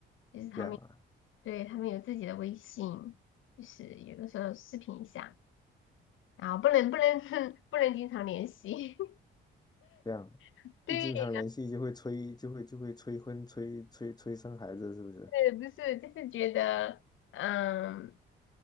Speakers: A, on the left; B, on the left.
A: 就是他们
B: 这样啊，
A: 对他们有自己的微信，就是有的时候视频一下，然后不能不能 <laughs> 不能经常联系，
B: 这样
A: <laughs> 对，
B: 一经常联系就会催，就会就会催婚、催催催生孩子，是不是？
A: 是不是？就是觉得嗯。